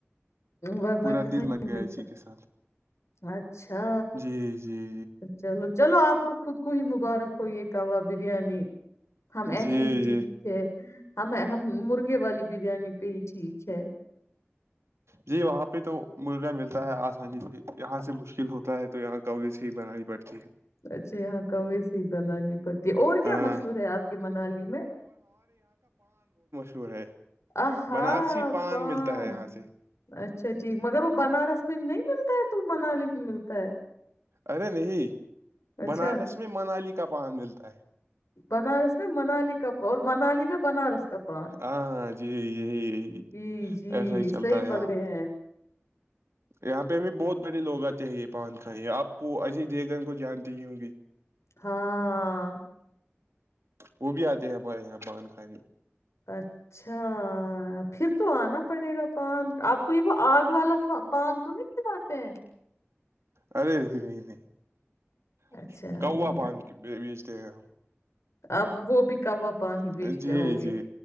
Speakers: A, on the left (about 85°); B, on the right (about 75°).
A: ورن
B: پورا
A: کہیں
B: دن
A: نہیں
B: لگ گیا
A: ملتا
B: اسی کے ساتھ
A: اچھا
B: جی جی
A: چلو چلو آپ کو خود کو ہی مبارک کوئی یہ کوہ بریانی ہم
B: جی
A: ایسے
B: جی
A: ہی ٹھیک
B: جی
A: ہے ہمیں ہم مرغے والی بریانی پہ ہی ٹھیک ہے
B: جی وہاں پہ تو مرغا ملتا ہے آسانی سے یہاں سے مشکل ہوتا ہے تو یہاں کج ہی بنانی پڑتی ہے
A: اچھا یہاں کی س ہی بنانی پڑتی ہے اور کیا
B: ہاں
A: مشہور ہے آپ کے منالی میں
B: شور ہے
A: آہا
B: بنارسی
A: پان
B: ملتا ہے یہاں سے
A: اچھ اچھا جی مگر وہ بنارس میں نہیں ملتا ہے تو وہ منالی میں ملتا ہے
B: ارے نہیں
A: اچھا
B: بنارس میں منالی کا پان ملتا ہے
A: بنارس میں منالی کا اور منالی میں بنارس کا پان
B: ہاں جی یہی یہی
A: جی جی
B: ایسا ہی چلتا
A: صحیح
B: ہے
A: پکڑے
B: یہاں
A: ہیں
B: یہاں پہ بھی بہت بڑے لوگ آتے ہیں یہ پان کھائیں آپ کو ایج دے کر کو جانتی ہی ہووںگی
A: ہاں
B: وہ بھی آتے ہیں ہمارے یہاں بانان کھانے
A: اچھا پھر تو آنا پڑے گا پان آپ کو یہ وہ آگ والا پان تو نہیں کلاتے ہیں
B: ارے نہیں نہیں <unintelligible>
A: اچھا وہ
B: <unintelligible>
A: اب وہ بھی کم پانی
B: ہم
A: بیچتے
B: جی
A: ہوں گے
B: جی